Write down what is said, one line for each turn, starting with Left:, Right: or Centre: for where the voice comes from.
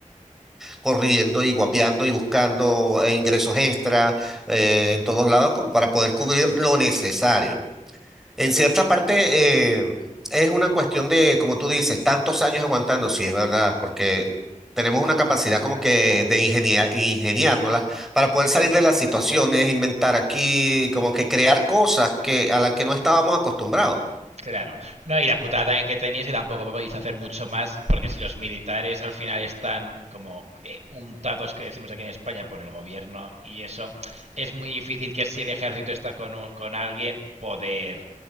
Centre: corriendo y guapeando y buscando eh, ingresos extra eh, en todos lados como para poder cubrir lo necesario. En cierta parte eh, es una cuestión de, como tú dices, tantos años aguantando, sí, es verdad, porque tenemos una capacidad como que de ingenia- ingeniárnoslas para poder salir de las situaciones, inventar aquí, como que crear cosas que, a las que no estábamos acostumbrados.
Right: Claro. No, y la putada también que tenéis es que tampoco podéis hacer mucho más, porque si los militares al final están como eh, untados, que decimos aquí en España, por el gobierno y eso, es muy difícil que si el ejército está con, un- con alguien, poder